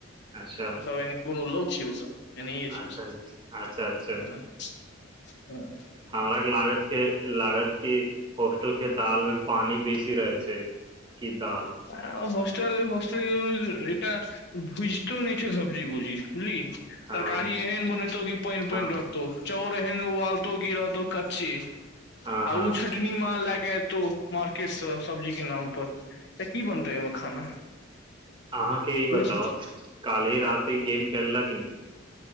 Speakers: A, on the right; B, on the left.
A: अच्छा
B: ओसभ एने कोनो ल छी ओसभ एने इ छ
A: अच्छा
B: ओ सब
A: अच्छा अच्छा
B: हँ ह
A: हमरा के लागत के लागत क होस्टल के दाल मे पानि बेसी रहैत छै कि दाल
B: आ हस्टल ह टा भुजतो नहि छै सबजी बुजी बुझली
A: हँ
B: तरकारी
A: बुझलिय
B: एहेन बनतौ की पान पानन
A: हँ
B: रहतौ चाउर एहन उलत <inaudible> ची
A: अहाँ
B: आ ओ छटनी माल लए क तो मार्केटसँ सब्जी के नाम पर ा की बनतै ओहिमे खाना
A: अहाँके ई
B: तू
A: बताबह
B: सोच
A: काल्हिी राति ई गेम खेललाह कि न